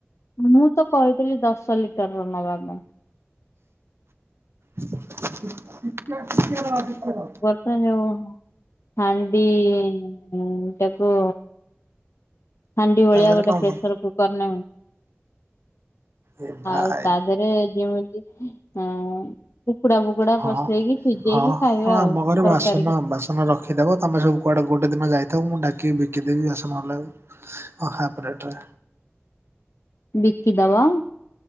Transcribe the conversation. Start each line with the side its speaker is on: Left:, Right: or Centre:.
Left: ମୁଁ ତ କହିଥିଲି ଦଶ ଲିଟରର ନବାକୁ।
Right: ଟକେ ଟିକେ ରହ, ଟିକେ ରହ।
Left: ହେଲା ଯୋଉ ହାଣ୍ଡିଟାକୁ ହାଣ୍ଡି ଭଳିଆ
Right: ତା ଦେହରେ
Left: ଗୋଟେ
Right: କଣ
Left: ପ୍ରେସର
Right: କର
Left: କୁକର ନେମି।
Right: ଏ ଭାଇ
Left: ଆଉ ତା ଦେହରେ ଯେମିତି ଅ। କୁକୁଡା, ଫୁକୁଡା
Right: ହଁ।
Left: ବସେଇକି ସିଝେଇକି
Right: ହଁ
Left: ଖାଇବା
Right: ହଁ ଆମ
Left: ଆଉ ତରକାରୀରେ।
Right: ଘରେ ବାସନ ବାସନ ରଖିଦବ ତମେ ସବୁ କୁଆଡେ ଗୋଟେ ଦିନ ଯାଇଥାିବ ମୁଁ ଡାକିିକି ବିକିଦେବି ଆସିଲାବେଳକୁ। ଓ ହାପ ରେଟରେ।
Left: ବିକିଦବ?